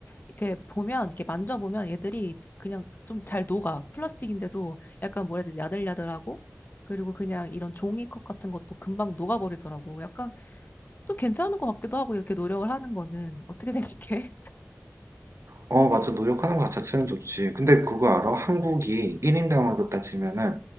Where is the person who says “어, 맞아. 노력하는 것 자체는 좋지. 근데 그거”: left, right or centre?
Right